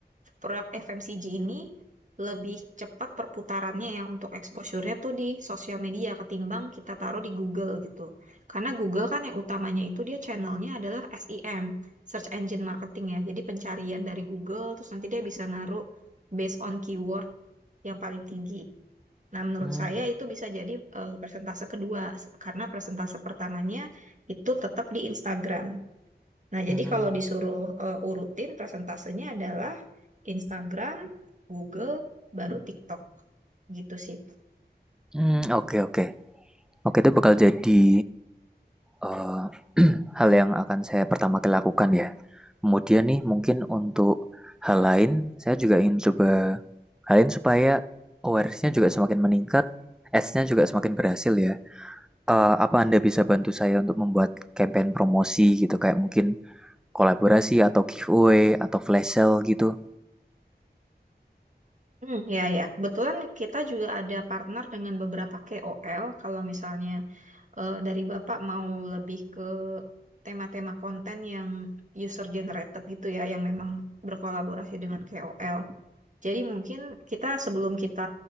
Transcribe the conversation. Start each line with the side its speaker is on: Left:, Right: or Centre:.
Right: produk FMCG ini lebih cepat perputarannya ya untuk exposure-nya tuh di sosial media ketimbang kita taruh di Google gitu. Karena Google kan yang utamanya itu dia channelnya adalah SEM, Search Engine Marketing ya. Jadi pencarian dari Google, terus nanti dia bisa naruh based on keyword yang paling tinggi. Nah, menurut
Centre: hmm,
Right: saya itu bisa jadi eh, persentase kedua se- karena persentase pertamanya itu tetap di Instagram. Nah,
Centre: hmm.
Right: jadi kalau disuruh eh, urutin persentasenya adalah Instagram, Google, baru TikTok gitu sih.
Centre: mmm, oke oke. Oke, itu bakal jadi, eee, <clears throat> hal yang akan saya pertama kali lakukan ya. Kemudian nih mungkin untuk hal lain, saya juga ingin coba hal lain supaya awareness-nya juga semakin meningkat, ads-nya juga semakin berhasil ya. Eee, apa Anda bisa bantu saya untuk membuat campaign promosi gitu, kayak mungkin kolaborasi atau giveaway atau flash sale gitu?
Right: Hmm, ya ya. Kebetulan kita juga ada partner dengan beberapa KOL. Kalau misalnya eh, dari Bapak mau lebih ke tema-tema konten yang user generated gitu ya, yang memang berkolaborasi dengan KOL. Jadi mungkin kita sebelum kita